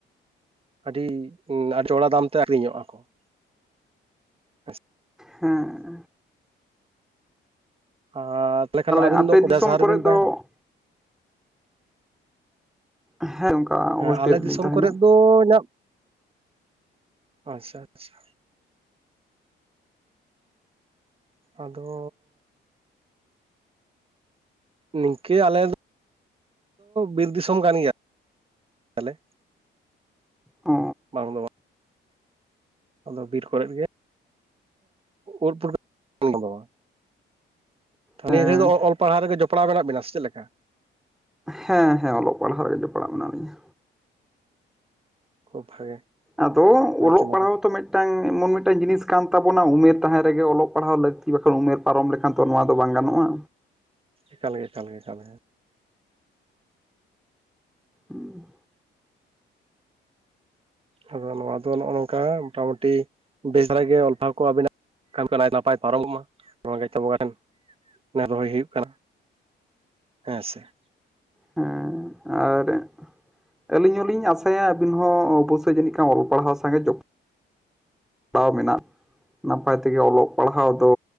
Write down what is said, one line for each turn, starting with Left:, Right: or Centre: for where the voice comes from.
Right: <inaudible> ᱟᱪᱪᱷᱟ
Centre: ᱦᱮᱸ
Right: ᱟᱨ ᱛᱟᱦᱚᱞᱮ ᱠᱷᱟᱱ ᱫᱚ ᱟᱹᱵᱤᱱ
Centre: ᱟᱯᱮ
Right: ᱫᱚ ᱠᱚᱰᱟ
Centre: ᱫᱤᱥᱚᱢ
Right: ᱥᱟᱦᱟᱨ
Centre: ᱠᱚᱨᱮ
Right: ᱨᱮ ᱵᱤᱱ
Centre: ᱫᱚ
Right: ᱛᱟᱦᱮᱱᱟ
Centre: ᱦᱮᱸ ᱚᱱᱠᱟ ᱦᱳᱥᱴᱮᱞ
Right: ᱦᱮᱸ ᱟᱞᱮ
Centre: ᱨᱮᱞᱤᱧ
Right: ᱫᱤᱥᱚᱢ
Centre: ᱛᱟᱦᱮᱱᱟ
Right: ᱠᱚᱨᱮ ᱫᱚ ᱤᱧᱟᱜ᱾ ᱟᱪᱪᱷᱟ ᱟᱪᱪᱷᱟ ᱟᱫᱚ ᱱᱤᱝᱠᱟᱹ ᱟᱞᱮ ᱵᱤᱨ ᱫᱤᱥᱚᱢ ᱠᱟᱱ ᱜᱮᱭᱟᱞᱮ
Centre: ᱚ
Right: ᱵᱟᱝ ᱫᱚ ᱵᱟᱝ ᱟᱫᱚ ᱵᱤᱨ ᱠᱚᱨᱮᱫ ᱜᱮ ᱩᱫ ᱯᱩᱴᱠᱟᱹ <unintelligible> ᱫᱟᱵᱟᱝ
Centre: ᱦᱮᱸ
Right: ᱱᱤᱭᱟᱹ ᱜᱷᱟᱹᱲᱤᱡ ᱫᱚ ᱚᱞ ᱯᱟᱲᱦᱟᱣ ᱨᱮᱜᱮ ᱡᱚᱯᱲᱟᱣ ᱢᱮᱱᱟᱜ ᱵᱤᱱᱟ ᱥᱮ ᱪᱮᱫ ᱞᱮᱠᱟ
Centre: ᱦᱮᱸ ᱦᱮᱸ ᱚᱞᱚᱜ ᱯᱟᱲᱦᱟᱣ ᱨᱮᱜᱮ ᱡᱚᱯᱲᱟᱣ ᱢᱮᱱᱟᱜ ᱞᱤᱧᱟᱹ
Right: ᱠᱷᱩᱵᱽ ᱵᱷᱟᱜᱮ
Centre: ᱟᱫᱚ
Right: ᱱᱟᱭᱛᱮ
Centre: ᱚᱞᱚᱜ
Right: ᱱᱟᱯᱟᱭ
Centre: ᱯᱟᱲᱦᱟᱣ ᱛᱚ ᱢᱤᱫ ᱴᱟᱝ ᱮᱢᱚᱱ ᱢᱤᱫᱴᱟᱝ ᱡᱤᱱᱤᱥ ᱠᱟᱱ ᱛᱟᱵᱚᱱᱟ ᱩᱢᱮᱨ ᱛᱟᱦᱮ ᱨᱮᱜᱮ ᱚᱞᱚᱜ ᱯᱟᱲᱦᱟᱣ ᱞᱟᱹᱠᱛᱤ ᱵᱟᱠᱷᱟᱱ ᱩᱢᱮᱨ ᱯᱟᱨᱚᱢ ᱞᱮᱠᱷᱟ ᱟᱫᱚ ᱱᱚᱣᱟ ᱫᱚ ᱵᱟᱝ ᱜᱟᱱᱚᱜᱼᱟ᱾
Right: ᱮᱠᱟᱞ ᱜᱮ ᱮᱠᱟᱞ ᱜᱮ ᱮᱠᱟᱞ ᱜᱮ᱾
Centre: ᱦᱩᱸ
Right: ᱟᱫᱚ ᱱᱚᱣᱟ ᱫᱚ ᱱᱚᱜᱼᱚ ᱱᱚᱝᱠᱟ ᱢᱚᱴᱟᱢᱩᱴᱤ ᱵᱮᱥ ᱫᱷᱟᱨᱟ ᱜᱮ ᱚᱞᱚᱯᱟᱲᱟᱶ ᱠᱚ ᱟᱵᱤᱱᱟᱜ? ᱠᱟᱢᱤ ᱠᱚ ᱱᱟᱭ ᱱᱟᱯᱟᱭ ᱛᱮ ᱯᱟᱨᱚᱢ ᱢᱟᱜ ᱢᱟ ᱱᱚᱣᱟᱜᱮ ᱵᱟᱝᱜᱟ ᱴᱷᱮᱱ ᱱᱮᱦᱚᱨ ᱫᱚᱦᱚᱭ ᱦᱩᱭᱩᱜ ᱠᱟᱱᱟ ᱾ ᱦᱮᱸ ᱥᱮ
Centre: ᱦᱮᱸ ᱟᱨ᱾ ᱟᱹᱞᱤᱧ ᱦᱚᱸᱞᱤᱧ ᱟᱥᱟᱭᱟ ᱟᱹᱵᱤᱱ ᱦᱚᱸ ᱚᱵᱚᱥᱥᱟᱹᱭ ᱡᱟᱹᱱᱤᱡ ᱠᱷᱟᱱ ᱚᱞ ᱯᱟᱲᱦᱟᱣ ᱥᱟᱶ ᱡᱚᱯᱲᱚᱣ᱾ ᱛᱟᱣ ᱢᱮᱱᱟᱜ-ᱟ᱾ ᱱᱟᱯᱟᱭ ᱛᱮᱜᱮ ᱚᱞᱚᱜ ᱯᱟᱲᱦᱟᱣ ᱫᱚ